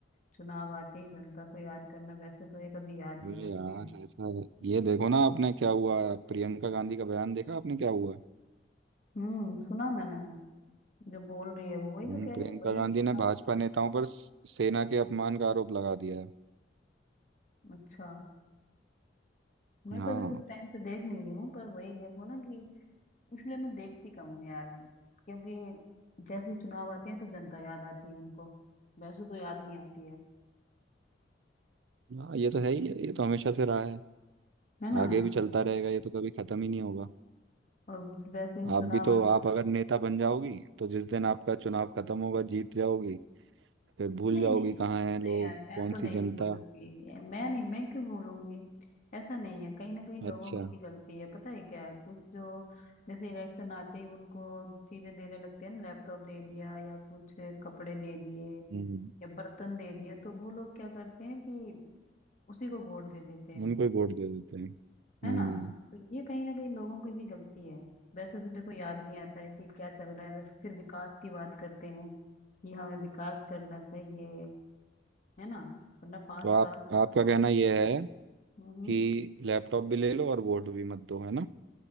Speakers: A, on the left; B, on the right.
A: चुनाव आते ही जनता को याद करना वैसे तो ये कभी याद
B: अरे
A: नहीं करते
B: यार
A: हैं
B: ऐसा है, ये देखो ना आपने क्या हुआ प्रियंका गांधी का बयान देखा आपने क्या हुआ
A: हम्म सुना मैंने जो बोल रही है वो वही
B: हम्म,
A: तो कह
B: प्रियंका
A: रही है वही
B: गांधी
A: चुनाव
B: ने भाजपा नेताओं पर स- सेना के अपमान का आरोप लगा दिया है
A: अच्छा मैं
B: हाँ
A: तो अभी कुछ टाइम से देख नहीं रही हूँ पर वही देखो ना कि इसलिए मैं देखती कम हूँ यार क्योंकि जैसे ही चुनाव आते हैं तो जनता याद आती है इनको वैसे तो याद नहीं आती है
B: हाँ ये तो है ही है, ये तो हमेशा से रहा है
A: है ना
B: आगे भी चलता रहेगा ये तो कभी खत्म ही नहीं होगा
A: और वैसे भी
B: आप
A: चुनाव
B: भी तो
A: आते
B: आप
A: हैं।
B: अगर नेता बन जाओगी तो जिस दिन आपका चुनाव खत्म होगा जीत जाओगी फिर भूल
A: नहीं
B: जाओगी
A: नहीं
B: कहाँ हैं
A: नहीं
B: लोग
A: यार मैं
B: कौन
A: तो नहीं
B: सी जनता
A: बोलूंगी ये- मैं नहीं मैं क्यों बोलूंगी ऐसा नहीं है कहीं ना कहीं लोगों
B: अच्छा
A: की भी गलती है पता है क्या है। कुछ जो जैसे इलेक्शन आते ही उनको चीजें देने लगते हैं ना लैपटॉप दे दिया या कुछ कपड़े दे दिए
B: हम्म
A: या बर्तन दे दिए तो वो लोग क्या करते हैं कि उसी को वोट दे देते हैं
B: उनको ही वोट दे देते हैं हम्म
A: है ना तो ये कहीं ना कहीं लोगों की भी गलती है वैसे तो देखो याद नहीं आता है कि क्या चल रहा है वैसे फिर विकास की बात करते हैं कि हमें विकास करना चाहिए है ना वरना पांच
B: तो
A: साल
B: आप आपका
A: को-
B: कहना यह है
A: हम्म हम्म।
B: कि लैपटॉप भी ले लो और वोट भी मत दो है ना